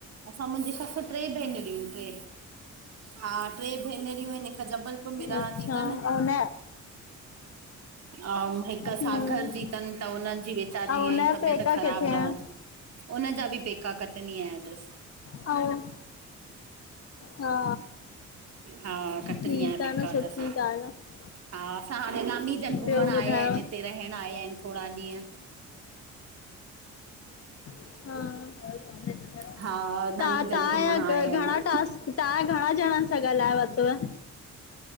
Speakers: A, on the right (about 55°); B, on the left (about 50°).
A: असां मुंहिंजी सस टे भेनरियूं इनि टे, हा टे भेनरियूं इनि। हिक जबलपुर में रहदी
B: अच्छा ऐं
A: तन
B: हुन
A: ऐं हिकु
B: हम्म
A: सागर जी तनि त हुननि जी वेचारी
B: ऐं हुनजा
A: जी तबियत
B: पेका
A: ख़राब
B: किथे आहिन?
A: रहन्दी उनजा बि पेका कटनीय जा तस।
B: और हा
A: हा कटनीअ
B: ठीकु
A: जा पेका
B: आ न सुठी
A: तस,
B: ॻाल्हि आ।
A: हा त हाणे नानी जन घुमण
B: ॿियो ॿुधायो?
A: आया हिनि हिते। रहण आया इन थोरा ॾींहं।
B: हा
A: हा नानी
B: तां
A: जन
B: तव्हांजा
A: घुमण आया
B: घणा
A: आहिनि।
B: टास्क तहां घणा ॼणनि सां ॻाल्हाए वतुव?